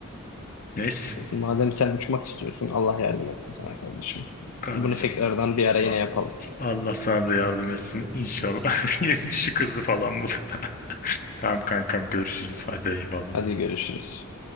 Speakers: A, on the left; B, on the left.
A: Neyse
B: E, Madem sen uçmak istiyorsun Allah yardım etsin sana kardeşim.
A: kardeşim.
B: Bunu tekrardan bir ara
A: A-
B: yine yapalım.
A: Allah sana da yardım etsin inşallah. <laughs> Işık hızlı falan bu. da. Tamam kankam görüşürüz. Hadi eyvallah.
B: Hadi görüşürüz.